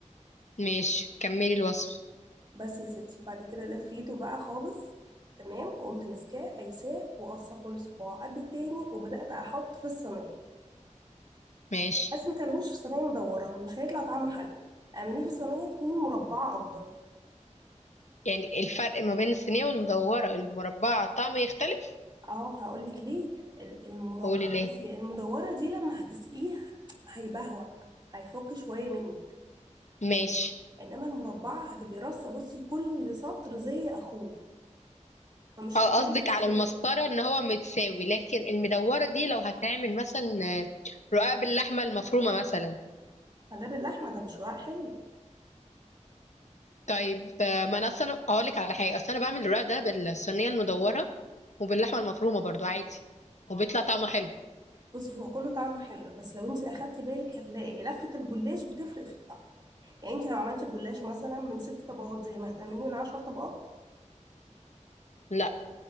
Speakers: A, on the left; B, on the right.
A: ماشي كملي الوصف
B: بس يا ستي بعد كده لفيته بقى خالص تمام وقمت ماسكاه قايساه وقصه كل صباع قد التاني وبدات احط في الصينيه
A: ماشي
B: بس ما تعملوش في صينيه مدوره مش هيطلع طعمه حلو اعمليه في صينيه تكون مربعه افضل
A: يعني الفرق ما بين الصينية والمدورة المربعة طعمه يختلف
B: اه هقول لك ليه ال- المرب
A: قولي ليه
B: بصي، المدوره دي لما هتسقيها هيبهوأ هيفك شويه منك
A: ماشي
B: انما المربعه هتبقي رصه بصي كل سطر زي اخوه فمش
A: اه
B: هتلاقي
A: قصدك
B: تسريبات
A: على المسطرة ان هو متساوي لكن المدورة دي لو هتعمل مثلا آه، رقاق باللحمة المفرومة مثلا
B: ما ده باللحمه ده مش رواق حلو
A: طيب آه، ما انا اصلا اقولك على حاجة اصلا انا بعمل الرقاق ده بالصينية المدورة وباللحمة المفرومة برضو عادي وبيطلع طعمه حلو
B: بصي هو كله طعمه حلو بس لو انت اخدتي بالك هتلاقي لفة الجلاش بتفرق في الطعم يعني انت لو عملتي الجلاش مثلا من ست طبقات زي ما هتعمليه من عشر طبقات
A: لا